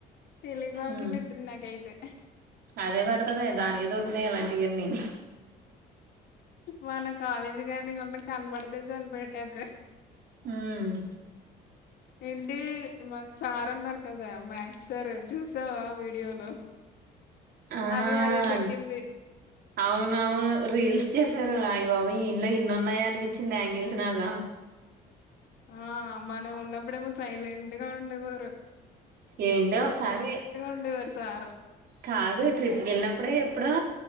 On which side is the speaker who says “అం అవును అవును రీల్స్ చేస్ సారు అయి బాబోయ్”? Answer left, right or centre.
Right